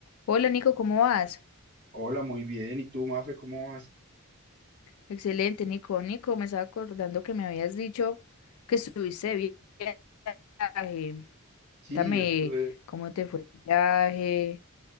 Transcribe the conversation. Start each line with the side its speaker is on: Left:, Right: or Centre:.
Left: Hola Nico, ¿cómo vas?
Right: Hola, muy bien. ¿Y tú, Mafe, cómo vas?
Left: Excelente, Nico. Nico, me estaba acordando que me habías dicho que estuviste de vi- viaje.
Right: Sí,
Left: Cuéntame
Right: yo estuve,
Left: cómo te fue el viaje.